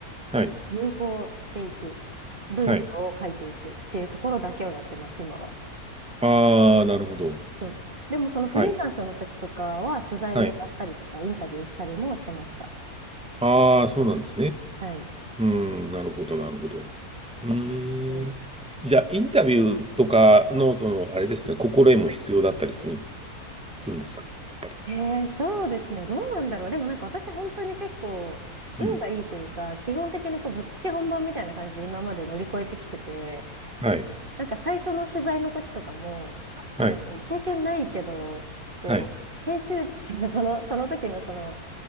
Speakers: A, in the centre; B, on the right.
A: はい。
B: 入稿していく、文章を書いていくっていうところだけをやってます、
A: はい。
B: 今は。
A: ああ、なるほど。
B: うん。でもそのフリーランスの時とかは取材をやったりとかインタビューしたりもしてました。
A: はい。はい。ああ、そうなんですね。
B: はい。
A: うーん、なるほど、なるほど。うーん。
B: そうですね。
A: じゃあ、インタビューとかの、その、あれですね、心得も必要だったりするんですするんですかやっぱり。
B: えー、そうですね。どうなんだろう。でもなんか私本当に結構運がいいというか、
A: うん。
B: 基本的にこうぶっつけ本番みたいな感じで今まで乗り越えてきてて、
A: はい。
B: なんか最初の取材の時とかも、あ、あの、
A: はい。
B: 経験ないけど、こう、
A: はい。
B: 編集長、<laughs> その、その時のその、